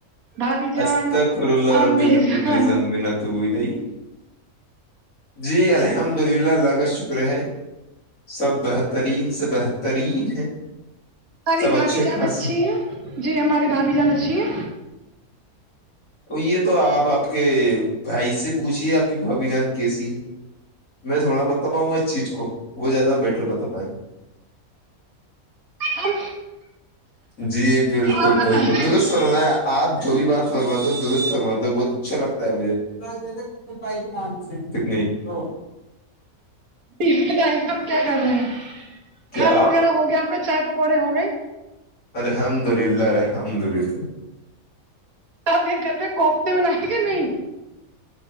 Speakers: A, on the right (about 80°); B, on the left (about 70°).
A: بھابھی جان
B: اجتک خر اللہ
A: امی
B: ربی مین کلی
A: جان
B: زمبین تو وہ ہی جی الحمد للہ اللہگت شکر ہے سب بہترین سے بہترین ہے
A: ہماری
B: سب اچھے
A: بھابھی جان
B: خاص
A: اچھی
B: ہیں
A: جی ہماری ڈھابی جان اچھی ہے
B: تو یہ تو آپ آپ کے بھائی سے پوچھیے آپ کی بھبھی جان کیسی ہے میں تھوڑا بتااں گا اس چیز کو وہ زیادہ بیٹر بتا پائیں گے
A: ہم
B: جی بالکل
A: اور بتائیے
B: بالکل درست فرمایا آپ جو بھی بات فرماتے ہو درست فرماتا بہت اچھا لگتا ہے مجھے سپی کے نام سے کتنے تو
A: بتائی ہم کیا کر رہے ہیں
B: کیا
A: کھانا وغیرہ ہو گیا آ کے چائے پکوڑے ہو گئے
B: الحمد للہ الحمد للہ
A: آپنے گھر پہ کوفتے بنائے گا نہیں